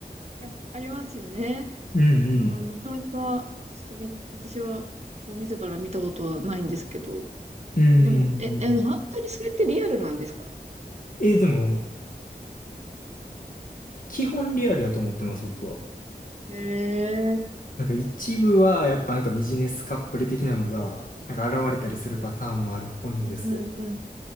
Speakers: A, on the right; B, on the left.
A: いや、ありますよね。
B: うんうん。
A: うん、なかなか、ちょっとみ、私は、こう、自ら見たことはないんですけど、
B: うんうんうん。
A: でも、え、え、本当にそれってリアルなんですか
B: えーでも、基本リアルやと思ってます、僕は。
A: へえ、
B: なんか一部はやっぱなんかビジネスカップル的なのがなんか現れたりするパターンもあるっぽいんですけど。
A: うん、うん、うん、